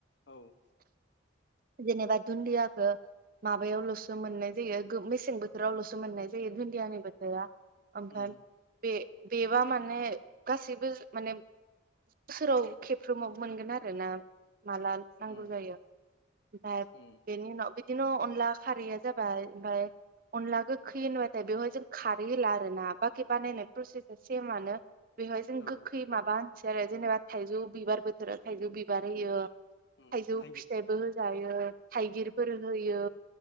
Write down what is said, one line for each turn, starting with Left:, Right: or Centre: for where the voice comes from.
Left: औ
Right: जेनेबा दुन्दिया ओ माबायावल'सो मोननाय जायो गो मेसें बोथोरावल'सो मोननाय जायो धुन्दियानि बोथोरा ओमफ्राम
Left: उम
Right: बे बेबा माने गासैबो माने बोसोराव खेबफ्रोमावबो मोनगोन आरोना माला नांगौ
Left: उम
Right: जायो ओमफाय
Left: उम
Right: बेनि उनाव बिदिनो अनला खारैया जाबाय ओमफाय अनला गोखै ओनबाथाय बेवहाय जों खारै होला आरो ना बाखि बानायनाय प्रसेसा सेमानो बेवहाय जों
Left: औ
Right: गोखै माबा होन <unintelligible> आरो जेनेबा थाइजौ बिबार बोथोराव थाइजौ बिबार होयो थाइजौ
Left: उम थाइगिर
Right: फिथाइबो होजा ओ थाइगिर फोर होयो